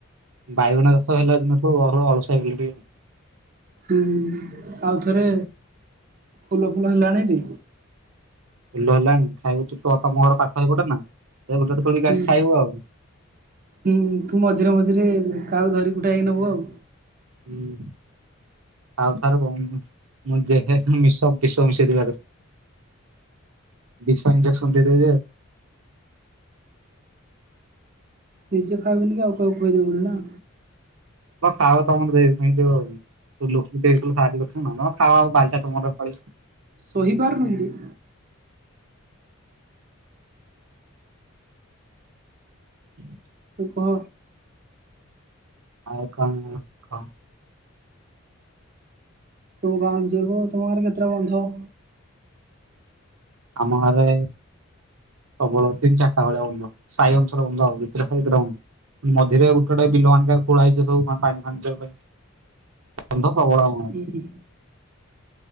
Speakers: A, on the right; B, on the right.
A: ବାଇଗଣ ଚାଷ ହେଲା ଦିନଠୁ ଘର ଅଳସ। <unintelligible>
B: ହୁଁ ଆଉ ଥରେ ଫୁଲ ଫୁଲ ହେଲାଣି କି?
A: ଫଲ ହେଲାଣି ଖାଇବୁୁ ତ ତମ ଘର ପାଖ ହେଇପଟେ ନା ଏଇ ଗୋଟେ ଗୋଟେ ତୋଳିକି
B: ହୁଁ।
A: ଆଣିକି ଖାଇବୁ ଆଉ।
B: ହୁଁ ତୁ ମଝିରେ ମଝିରେ କାହା ଧରିକୁଟା ହେଇ ନବୁ ଆଉ।
A: ହୁଁ। ଆଉଥର ମୁଁ <unintelligible> ମିସେଇ ଦବା କଥା। ବିଶ ଇଜେକ୍ସନ ଦେଇ ଦେବି ଯେ
B: ନିଜେ ଖାଇବନି କି ଆଉ କହାକୁ ଖୋଇ ଦବୁନି ନା।
A: <unintelligible> ହଁ ବାରିଟା ତମର ଫଳି
B: ସହିପାରୁନୁ କିରେ।
A: ହୁଁ
B: ତୁ କହ।
A: ଆଉ କଣ କହ।
B: ତୁମ ଗାଁ <unintelligible> ତମ ଗାଁ ରେ କେତେଟା ବନ୍ଧ?
A: ଆମ ଘରେ। ପ୍ରବଳ ତିନି ଚାରିଟା ଭଳିଆ ବନ୍ଧ ସାଇ ଅନୁସାର ବନ୍ଧ ଯେତିଟା ସାଇ ହେତିଟା ବନ୍ଧ। ମଝିରେ ଗୋଟେ ଗୋଟେ ବିଲ ଆଣ ଖୋଳା ହେଇଛି ସବୁ ମାନେ ପାଣି ଫାଣିି ଯିବା ପାଇଁ ବନ୍ଧ। ପ୍ରବଳ ଆମର।
B: ହୁଁ।